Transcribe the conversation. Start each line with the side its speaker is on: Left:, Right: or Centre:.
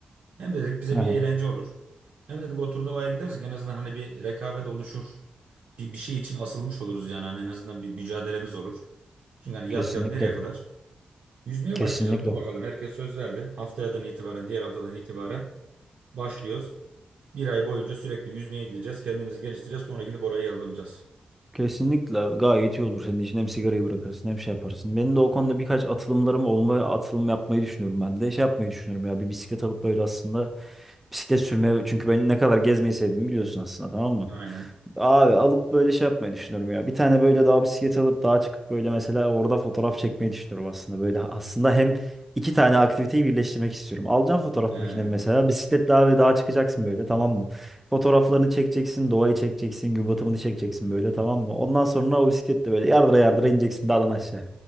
Right: Hem dedik bize
Centre: Aha,
Right: bir eğlence olur. Hem dedik o turnuvaya gidersek en azından hani bir rekabet oluşur. Bir, bir şey için asılmış oluruz yani hani en azından bir mücadelemiz olur. Çünkü hani yat
Centre: kesinlikle.
Right: yat nereye kadar? Yüzmeye
Centre: Kesinlikle.
Right: başlayacağız. Dur bakalım herkes söz verdi. Haftayadan itibaren, diğer haftadan itibaren başlıyoruz. Bir ay boyunca sürekli yüzmeye gideceğiz. Kendimizi geliştireceğiz. Sonra gidip oraya yazılacağız.
Centre: Kesinlikle gayet iyi olur senin için. Hem sigarayı bırakırsın hem şey yaparsın. Benim de o konuda birkaç atılımlarım olma, atılım yapmayı düşünüyorum ben de. Şey yapmayı düşünüyorum ya bir bisiklet alıp böyle aslında bisiklet sürmeye. Çünkü ben ne kadar gezmeyi sevdiğimi biliyorsun aslında tamam mı?
Right: Aynen.
Centre: Abi alıp böyle şey yapmayı düşünüyorum ya. Bir tane böyle daha bisiklet alıp daha çıkıp böyle mesela orada fotoğraf çekmeyi düşünüyorum aslında. Böyle aslında hem iki tane aktiviteyi birleştirmek istiyorum. Alacağım fotoğraf
Right: Ee,
Centre: makinemi mesela. Bisikletle abi dağa çıkacaksın böyle tamam mı? Fotoğraflarını çekeceksin, doğayı çekeceksin, gün batımını çekeceksin böyle tamam mı? Ondan sonra o bisikletle böyle yardıra yardıra ineceksin dağdan aşağı.